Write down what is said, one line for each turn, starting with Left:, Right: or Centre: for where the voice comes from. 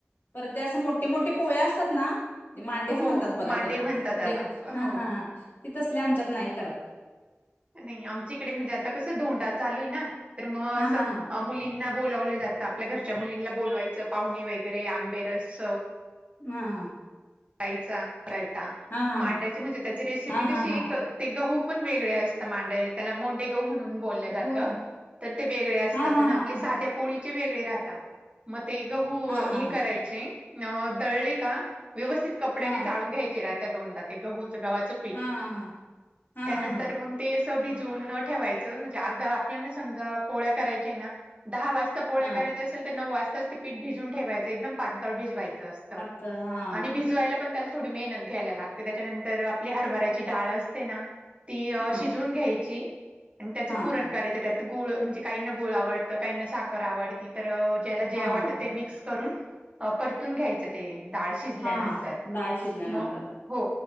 Left: पर ते असं मोठे मोठे पोळे असतात ना? मांडेच
Right: हो
Left: म्हणतात बघा
Right: मांडे
Left: त्याला
Right: म्हणतात
Left: म्हणजे
Right: त्याला
Left: एक हा
Right: हो
Left: हा ते तसले आमच्यात नाही करत.
Right: नाही आमच्या इकडे म्हणजे आता कसं धोंडा चालू आहे ना तर मग
Left: हा
Right: असं
Left: हा हा.
Right: मुलींना बोलावलं जातं आपल्या घरच्या मुलींना बोलवायचं पाहुणे वगैरे आंबेरस
Left: मआ
Right: आईचा करता,
Left: हा
Right: मांड्याची
Left: हा.
Right: म्हणजे त्याची रेसिपी
Left: हा
Right: कशी
Left: हा हा.
Right: एक ते गहू पण वेगळे असता मांडे त्याला मोंडे गहू म्हणून बोलल्या जात,
Left: होय.
Right: तर ते वेगळे असतात
Left: हा हा
Right: आणि आपल्या
Left: हा हा.
Right: साध्या पोळीचे वेगळे राहता म ते गहू
Left: हा हा
Right: हे
Left: हा.
Right: करायचे न दळले का व्यवस्थित कपड्याने
Left: हा.
Right: चाळून घ्यायचे, राहता दोनदा ते गहूच गव्हाचं पीठ
Left: हा हा हा. हा
Right: त्यानंतर
Left: हा हा.
Right: मंग ते अस भिजून न ठेवायचं म्हणजे अर्धा आपल्याना समजा पोळ्या करायच्या ना दहा वास त पोळ्या
Left: हा.
Right: करायचे असेल तर नऊ वाजताच ते पीठ भिजून ठेवायचं एकदम पांतळ भिजवायचं असतं.
Left: त हा
Right: आणि भिजवायला पण त्याला थोडी मेहनत घ्यायला लागते, त्याच्यानंतर आपली हरभऱ्याची डाळ असते ना ती अ
Left: हा.
Right: शिजवून घ्यायची अन् त्याचं
Left: हा.
Right: पुरण करायच्या त्यात गुळ म्हणजे काहीना गुळ आवडतं, काहीना साखर आवडती तर ज्याला जे
Left: हा
Right: आवडतं
Left: हा.
Right: ते मिक्स करून अ परतून घ्यायचं ते डाळ शिजल्यानंतर
Left: हा हा डाळ शिजल्यानंतर
Right: मग हो